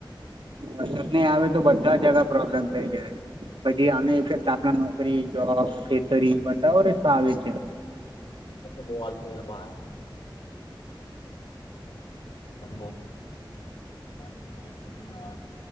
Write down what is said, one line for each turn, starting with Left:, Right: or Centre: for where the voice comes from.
Right: વરસાદ ન આવે તો બધા જગા પ્રોબ્લેમ થઈ જાય પછી અમે ઇફેક્ટ આપ નોકરી જોબ ખેતરી બધા ઓ રસ્ આવે છે
Left: તમને બોહલ થયે બ ઘ બ પાણી પવા આ